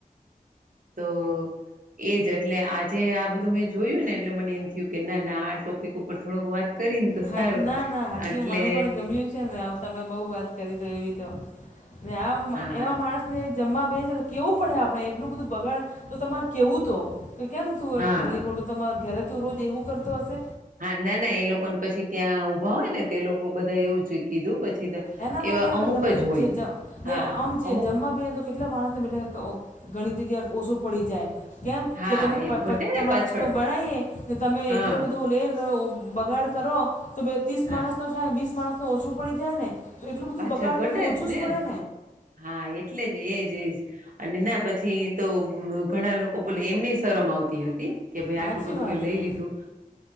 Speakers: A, on the right; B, on the left.
A: તો એ જ એટલે આજે આ બધું મેં જોયું ને એટલે મને એમ થયું કે ના ના આ ટોપિક ઉપર થોડોક વાત કરીને તો
B: હા
A: સારું
B: ના ના સાચી
A: એટલે
B: મને પણ ગમ્યું તમે બહુ વાત કરી તો એવી તો ને આ
A: હા
B: એવા માણસને જમવા બે છે કેવું પડે આપણે એટલું બધું બગાડ તો તમારે કેવું તો કે કેમ તું
A: હા
B: ખાલી ખોટું તમારે ઘરે તું રોજ એવું કરતો હશે
A: હા ના ના એ લોકોને પછી ત્યાં ઊભા હોય ને તે લોકો બધા એવું જ કીધું પછી તો
B: એના માટે
A: એવા
B: અમે
A: અમુક
B: ગમે
A: જ હોય
B: જે ને
A: હા
B: આમ જે
A: અમુક
B: જમવા બેીએ તો કેટલા માણસને બેઠા ગણિત જગ્યા ઓછું પડી જાય કેમ
A: હા
B: કે તમે
A: એમ
B: પ
A: ઘટે
B: પચા
A: ને
B: માણસનો
A: પાછળ
B: બણવીએ ને તમે
A: હા
B: એટલો બધું લઈને તમે બગાડ કરો તો બે ત્રીસ
A: હા
B: માણસ તો થાયને વીસ માણસ તો ઓછું પડી જાય ને તો એટલું બધું
A: પાછળ
B: બગાડ
A: ઘટે
B: કરે તો ઓછું
A: જ ને
B: પડે
A: હા એટલે જ એજ એજ અને ના પછી તો ઘણા લોકો બોલે એમની શરમ આવતી હતી કે ભાઈ
B: સાચી
A: આટલું બધું
B: વાત
A: મેં લઈ
B: હે
A: લીધું